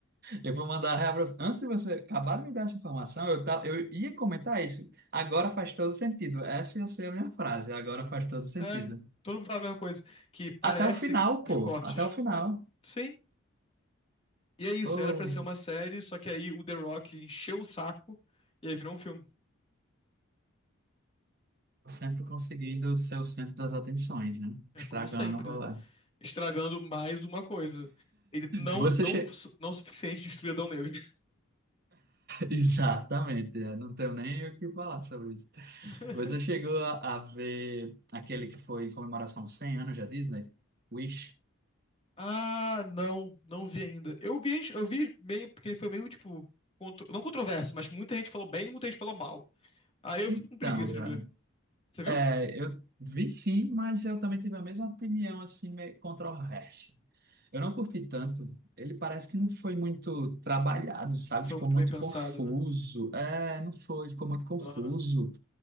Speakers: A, on the right; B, on the left.
A: eu vou mandar real pra você. Antes de você acabar de me dar essa informação, eu, tava, eu ia comentar isso. Agora faz todo sentido. Essa ia ser a minha frase. Agora faz todo sentido.
B: É, todo mundo fala a mesma coisa. Que parece
A: Até o final, pô.
B: os cortes.
A: Até o final.
B: Sim. E é isso,
A: Pô,
B: era pra ser uma série, só que aí o The Rock encheu o saco e aí virou um filme.
A: sempre conseguindo ser o centro das atenções, né?
B: É
A: Estragando
B: como sempre,
A: o rolê.
B: né? Estragando mais uma coisa. Ele não,
A: Você,
B: não,
A: che...
B: não o suficiente destruir Adão Negro.
A: Exatamente, eu não tenho nem o que falar sobre isso.
B: <laughs>
A: Você chegou a, a ver aquele que foi em comemoração aos 100 anos da Disney? Wish?
B: Ah, não, não vi ainda. Eu vi, eu vi meio, porque ele foi meio, tipo, contro- não controverso, mas muita gente falou bem e muita gente falou mal. Aí eu
A: Então,
B: fico com preguiça de
A: cara,
B: ver. Você viu?
A: é, eu vi sim, mas eu também tive a mesma opinião, assim, meio controversa. Eu não curti tanto. Ele parece que não foi muito trabalhado, sabe?
B: Foi
A: Ficou
B: muito
A: muito
B: bem pensado,
A: confuso.
B: né?
A: É, não foi, ficou muito confuso.
B: Aham.